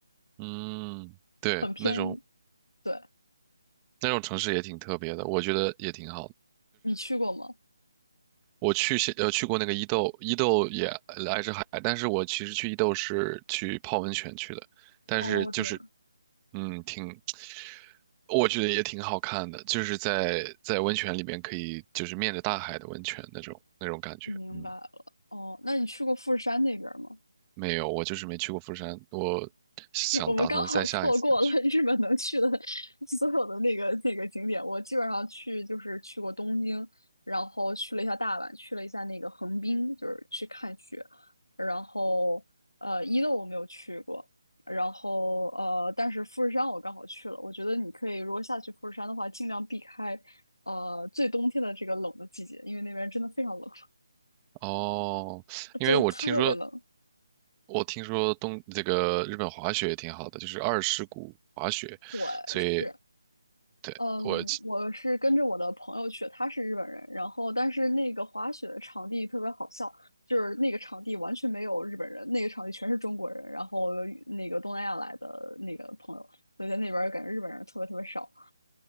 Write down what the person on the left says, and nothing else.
很偏。
对，
你去过吗？
哦，这样，
明白了。
哦，那你去过富士山那边吗？
<laughs> 我们刚好错过了日本能去的所有的那个那个景点。我基本上去就是去过东京，然后去了一下大阪，去了一下那个横滨，就是去看雪。然后呃，伊豆我没有去过，然后呃，但是富士山我刚好去了。我觉得你可以如果下去富士山的话，尽量避开呃最冬天的这个冷的季节，因为那边真的非常冷，
<laughs>
真的特别冷。
对，
是。
嗯，我是跟着我的朋友去，他是日本人，然后但是那个滑雪的场地特别好笑，就是那个场地完全没有日本人，那个场地全是中国人，然后那个东南亚来的那个朋友，所以在那边儿感觉日本人特别特别少，